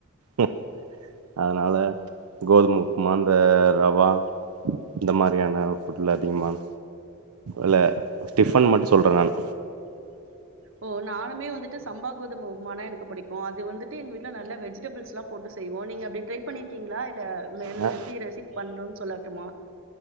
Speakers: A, on the right; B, on the right.
A: ஹஹேஅதனால கோதும உப்புமா இந்த ரவா இந்த மாரியான ஃபுட் எல்லா அதிகமான இல்ல ஸ்டிஃபன் மட்டும் சொல்றேன் நானு.
B: ஓ நானுமேவந்துட்டு சம்பா கோதும உப்புமா எனக்கு புடிக்கும் அது வந்துட்டு எங்க வீட்டுல நல்ல வெஜிடபிள்ஸ் எல்லாம் போட்டு செய்வோம் நீங்க அப்படி ட்ரை பண்ணிருக்கீங்களா இல்ல. மேலும்
A: ஆ
B: எப்படி ரெசிபி. பண்றோன்னு சொல்லட்டுமா.